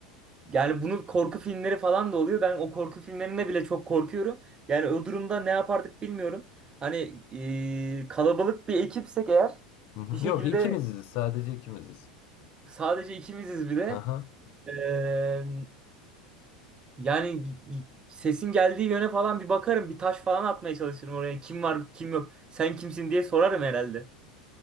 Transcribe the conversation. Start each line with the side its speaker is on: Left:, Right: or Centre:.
Right: yani bunu korku filmleri falan da oluyor. Ben o korku filmlerinde bile çok korkuyorum. Yani o durumda ne yapardık bilmiyorum. Hani e, kalabalık bir ekipsek eğer
Left: Hı hı.
Right: bir şekilde
Left: Yok ikimiziz sadece ikimiziz.
Right: sadece ikimiziz bir de.
Left: Aha.
Right: Ee, Yani sesin geldiği yöne falan bir bakarım. Bir taş falan atmaya çalışırım oraya. Kim var kim yok. Sen kimsin diye sorarım herhalde.